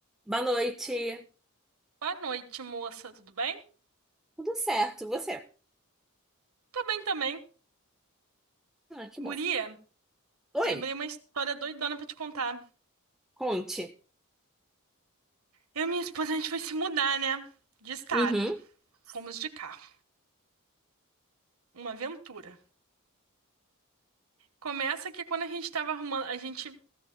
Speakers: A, in the centre; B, on the right.
A: Boa noite.
B: Boa noite, moça, tudo bem?
A: Tudo certo, você?
B: Tô bem também.
A: Ah, que
B: Guria,
A: bom. Oi,
B: lembrei uma história doidona pra te contar.
A: conte.
B: Eu e minha esposa, a gente foi se mudar, né? De estado.
A: Uhum,
B: Fomos de carro. Uma aventura. Começa que quando a gente tava arrumando, a gente